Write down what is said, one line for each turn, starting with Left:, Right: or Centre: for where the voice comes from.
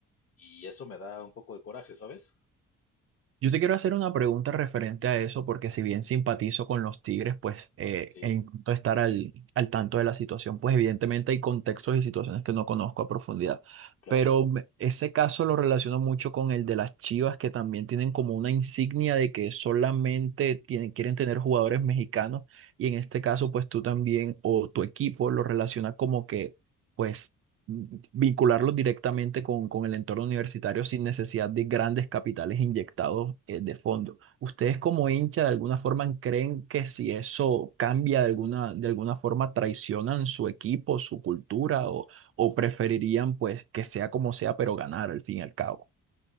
Left: y eso me da un poco de coraje, ¿sabes?
Right: Yo te quiero hacer una pregunta referente a eso, porque si bien simpatizo con los Tigres, pues eh,
Left: Sí,
Right: e intento estar al, al tanto de la situación, pues evidentemente hay contextos y situaciones que no conozco a profundidad,
Left: claro.
Right: pero me- ese caso lo relaciono mucho con el de las Chivas, que también tienen como una insignia de que solamente tienen, quieren tener jugadores mexicanos, y en este caso, pues tú también o tu equipo lo relaciona como que... pues mm, vincularlos directamente con, con el entorno universitario sin necesidad de grandes capitales inyectados eh, de fondo. ¿Ustedes como hincha de alguna forma creen que si eso cambia de alguna, de alguna forma traicionan su equipo, su cultura o, o preferirían pues que sea como sea pero ganar al fin y al cabo?